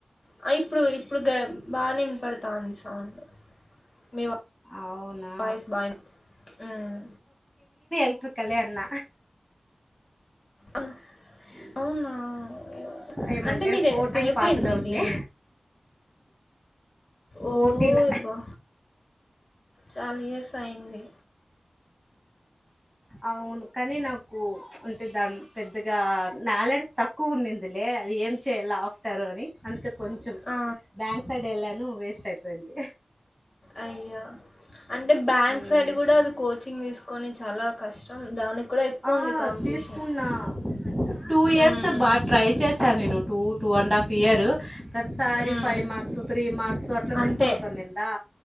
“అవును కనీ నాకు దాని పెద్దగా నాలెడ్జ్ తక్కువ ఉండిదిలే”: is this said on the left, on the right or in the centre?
Centre